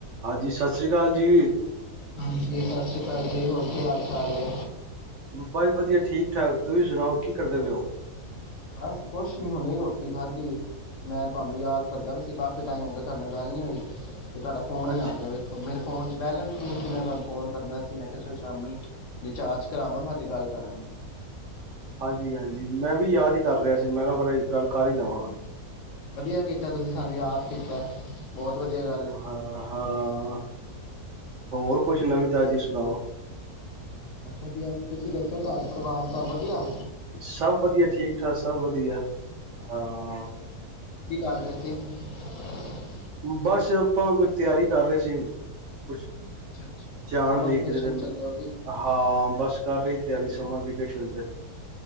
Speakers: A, on the right; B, on the left.
A: ਹਾਂਜੀ ਸਤਿ ਸ੍ਰੀ ਅਕਾਲ ਜੀ
B: ਹਾਂਜੀ ਸਤਿ ਸ੍ਰੀ ਅਕਾਲ ਜੀ ਹੋਰ ਕੀ ਹਾਲ ਚਾਲ ਹੈ
A: ਬਾਈ ਵਧੀਆ ਠੀਕ ਠਾਕ ਤੁਸੀਂ ਸੁਣਾਓ ਕੀ ਕਰਦੇ ਪਏ ਹੋ
B: ਬਸ ਕੁਛ ਨੀ ਹੁਣੇ, ਰੋਟੀ ਖਾਧੀ ਮੈਂ ਤੁਹਾਨੂੰ ਯਾਦ ਕਰਦਾ ਵੀ ਸੀ, ਕਾਫੀ ਟਾਈਮ ਹੋ ਗਿਆ ਤੁਹਾਡੇ ਨਾਲ ਗੱਲ ਨੀ ਹੋਈ। ਤੇ ਤੁਹਾਡਾ ਫੋਨ
A: ਅੱਛਾ
B: ਹੀ ਆ ਗਿਆ, ਵੇਖੋ ਮੇਰੇ ਫੋਨ ਚ ਬੈਲੈਂਸ ਨਹੀਂ ਸੀ ਮੈਂ ਤੁਹਾਨੂੰ ਫੋਨ ਕਰਨਾ ਸੀ ਮੈਂ। ਕਿਹਾ ਸ਼ਾਮੀ ਰਿਚਾਰਜ ਕਰਾਵਾਂਗਾ। ਤੇ ਗੱਲ ਕਰਾਂਗਾ।
A: ਹਾਂਜੀ-ਹਾਂਜੀ, ਮੈਂ ਵੀ ਯਾਦ ਕਰ ਰਿਹਾ ਸੀ, ਮੈਂ ਕਿਹਾ ਫੇਰ ਗੱਲ ਕਰ ਹੀ ਲਵਾਂ ਹੂੰ।
B: ਵਧੀਆ ਕੀਤਾ ਤੁਸੀਂ ਸਾਨੂੰ ਯਾਦ। ਠੀਕ ਹੈ ਬਹੁਤ ਵਧੀਆ ਗੱਲ ਐ।
A: ਹਾਂ ਹਾਂ ਹੋਰ ਕੁਛ ਨਵੀਂ ਤਾਜ਼ੀ ਸੁਣਾਓ।
B: ਵਧੀਆ ਤੁਸੀਂ ਦੱਸੋ ਘਰ ਪਰਿਵਾਰ ਸਭ ਵਧੀਆ।
A: ਸਭ ਵਧੀਆ ਠੀਕ ਠਾਕ ਸਭ ਵਧੀਆ। ਹਾਂ
B: ਅੱਛਾ ਜੀ, ਕੀ ਕਰ ਰਹੇ ਸੀ।
A: ਉਹ ਬਸ ਆਪਾਂ ਕੁਛ ਤਿਆਰੀ ਕਰ ਰਹੇ ਸੀ। ਕੁਛ
B: ਅੱਛਾ ਅੱਛਾ
A: ਜਾਣ
B: ਸਮਰ
A: ਦੀ
B: ਵੇਕੇਸ਼ਨ
A: ਕਿਧਰੇ ਨੂੰ,
B: ਚੱਲੇ ਹੋ ਕੀ
A: ਹਾਂ ਬਸ ਕਰ ਰਹੀ ਤਿਆਰੀ ਸਮਰ ਦੀ। ਬ ਚਲਦੇ